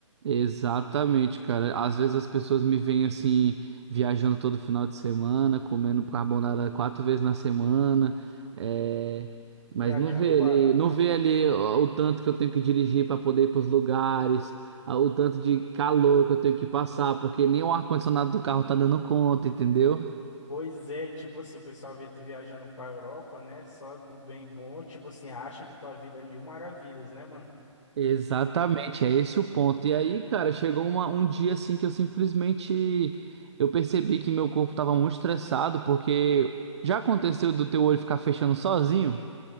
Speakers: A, on the right; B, on the left.
A: Exatamente, cara. Às vezes as pessoas me veem assim, viajando todo final de semana, comendo carbonara quatro vezes na semana, é,
B: Viajando
A: mas não vê
B: pra.
A: ali, não vê ali ó, o tanto que eu tenho que dirigir para poder ir para os lugares, a- o tanto de calor que eu tenho que passar, porque nem o ar-condicionado do carro tá dando conta, entendeu?
B: Pois é, tipo assim, o pessoal vê tu viajando pra Europa, né? Só do bem bom, tipo assim, acha que tua vida é mil maravilhas, né, mano?
A: Exatamente, é esse o ponto. E aí, cara, chegou uma- um dia assim que eu simplesmente eu percebi que meu corpo tava muito estressado, porque já aconteceu do teu olho ficar fechando sozinho?